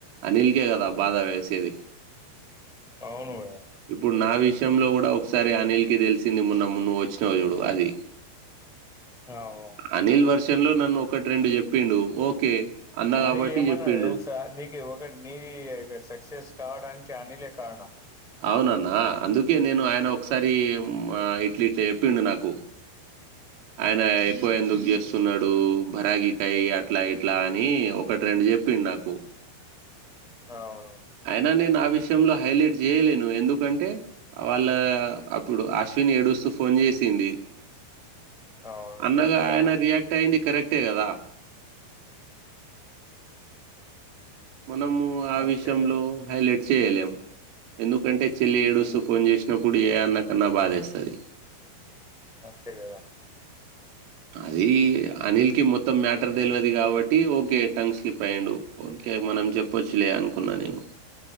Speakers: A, on the right (about 80°); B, in the centre.
A: అనిల్ కదా బాధ వేసేది.
B: అవును కదా
A: ఇప్పుడు నా విష. విషం లో కూడా ఒకసారి అనిల్ కి తెలిసింది మొన్న నువ్వు వచ్చినవి చూడు అది.
B: అవు.
A: అనిల్ వర్షన్ లో నన్ను ఒకటి రెండు చెప్పిండు ఓకే. అన్న కాబట్టి
B: అనిల్ ఏమన్నాడు
A: చెప్పిండు
B: తెలుసా, నీకు ఒకటి నీ సక్సెస్ కావడానికి. ఇంకా అనిలే కారణం.
A: అవునన్న అందుకే నేను ఆయన ఒకసారి. మ్. ఇట్లా ఇట్లా చెప్పిడు నాకు, ఆయన
B: ఉమ్,
A: ఎక్కువ ఎందుకు చేస్తు. స్తున్నాడు భరాగికాయ అట్లా ఇట్లా అని ఒకటి, రెండు చెప్పిండు నాకు.
B: అవును
A: ఆయనా నేను ఆన విష. లో హైలైట్ చేయలేను ఎందుకంటే, వాళ్ళ అప్పుడు అశ్విని ఏడుస్తూ ఫోన్ చేసి. ది,
B: అవును
A: అన్నగా
B: చెప్తాడు
A: ఆయన రియాక్ట్ అయింది కరెక్ట్. ట్టే కదా. మనము ఆ
B: అంతే
A: విషయంలో
B: కదా
A: హైలైట్ చేయలేము. ఎందుకంటే చెల్లి ఏడుస్తూ
B: ఉమ్,
A: ఫోన్ చేసినప్పుడు. ఏ అన్నకన్నా బాధేస్తది.
B: అంతే కదా.
A: అది అనిల్ కి మొత్తం మ్యాటర్ తెలియదు. కాబట్టి ఓకే టంగ్ స్లిప్ అయ్యండు ఓకే. మనం చెప్పొచ్చులే అనుకున్నా నేను.